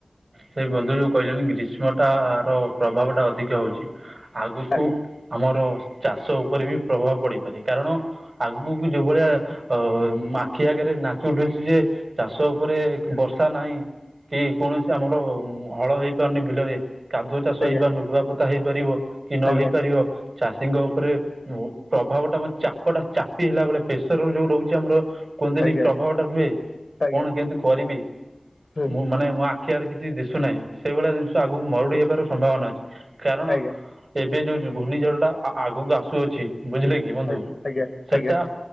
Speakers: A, on the right; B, on the left.
A: ସେଇ ବନ୍ଧୁ ଯୋଉ କହିଲନି ଗ୍ରୀଷ୍ମଟା ର ପ୍ରଭାବ ଟା ଅଧିକା ହଉଛି ଆଗକୁ।
B: ଆଜ୍ଞା
A: ଆମର ଚାଷ ଉପରେ ବି ପ୍ରଭାବ ପଡିପାରେ କାରଣ ଆଗକୁ ଯୋଉ ଭଳିଆ। ଅମ ଆଖି ଆଗରେ ନାଚି ଉଠୁଛି ଯେ ଚାଷ ଉପରେ ବର୍ଷା ନାହିଁ। କି କୌଣସି ଆମର ଉଁ ହଳ ହେଇପାରୁନି ବିଲରେ କାଦୁଅ ଚାଷ
B: ଆଜ୍ଞା
A: ହେଇପାରୁନି
B: ଆଜ୍ଞା
A: ରୁଆପୋତା ହେଇପାରିବ। କି ନ
B: ଆଜ୍ଞା
A: ହେଇ ପାରିବ ଚାଷୀଙ୍କ ଉପରେ। ଓ ପ୍ରଭାବ ଟା ଆମ ଚାପଟା ଚାପି ହେଲା ବେଳେ ପ୍ରେସର ଯୋଉ ରହୁଛି ଆମର। କୁହନ୍ତିନୀ
B: ଆଜ୍ଞା
A: ପ୍ରଭାବଟା ରୁହେ
B: ଆଜ୍ଞା
A: କଣ କେମିତି କରିବି
B: ହୁଁ
A: ମୁଁ ମାନେ ମୁଁ ଆ ଖିଆରେ କିଛି ଦିଶୁନାହିଁ ସେଇଭଳିଆ ଜିନିଷ ଆଗକୁ ମରୁଡ଼ି ହେବାର ସମ୍ଭାବନା ଅଛି କାରଣ।
B: ଆଜ୍ଞା
A: ଏବେ ଯୋଉ ଯୋଉ ଘୂର୍ଣ୍ଣିଝଡ଼ଟା ଆ-ଆଗକୁ ଆସୁଅଛି ବୁଝିଲେ କି ବନ୍ଧୁ
B: ଆଜ୍ଞା
A: ସେଟା।
B: ଆଜ୍ଞା